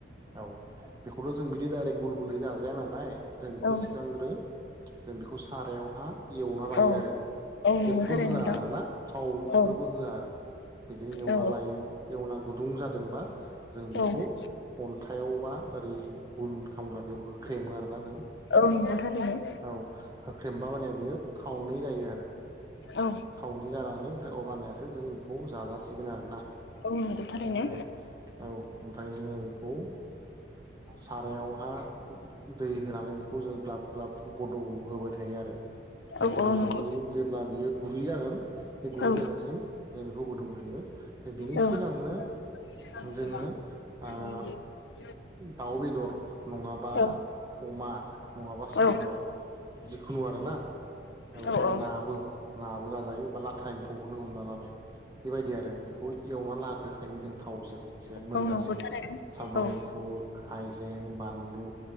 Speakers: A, on the right; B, on the left.
A: औ बेखौथ' जों बिदि डायरेक्ट गुल गुलै जाजाया नालाय जों बेखौ
B: औ
A: सिगांग्रो जों बेखौ सारायावहा एवना लायो
B: औ
A: आरो
B: औ नंगौ
A: जेबो
B: थारैनो
A: होआ
B: नोंथां
A: आर ना थावफोरबो
B: औ
A: होआ आरो बिदिनो एवना
B: औ
A: लायो एवना गुदुं जादोंबा जों बेखौ
B: औ
A: अन्थायाइावबा ओरै गुल खामग्रा बेयाव होख्रेमो आरो जों
B: औ नंगौ थारैनो
A: औ होख्रेमब मानायया बियो खावनै जायो।
B: औ
A: खावनि जानानै ओमफ्राय अबनियासो जोङो बेखौ जाजासिगोन आरो ना?
B: औ नंगौ थारैनो
A: ओमफ्राय औ ओमफ्राय जोङो बेखौ सारायावहा दै होनानै बेखौ जों ग्लाब ग्लाब गद' होबाय थायो आरो जाय
B: औ
A: गोदौनानै
B: औ नंगौ
A: जेब्ला बियो गुरै जागोन बे गुरै
B: औ
A: जाजासिम जों बेखौ गोदौ होयो बिनि
B: औ
A: सिगांनो
B: <unintelligible>
A: जोङो ओ दाउ बेदर नङाबा
B: औ
A: अमा नङाबा साम'
B: औ
A: जिखुनु आर नाबा
B: औ औ
A: नाबो नाबो जाजायो बाला टाइम फखौनो हमना लाबाय। बेबायदि आरो बेखौ एवना लाग्रोखायो जों थावजों एसे मोनजासिन
B: औ नंगौ थारैनो
A: सामब्राम गुफुर
B: औ
A: हाइजें बानलु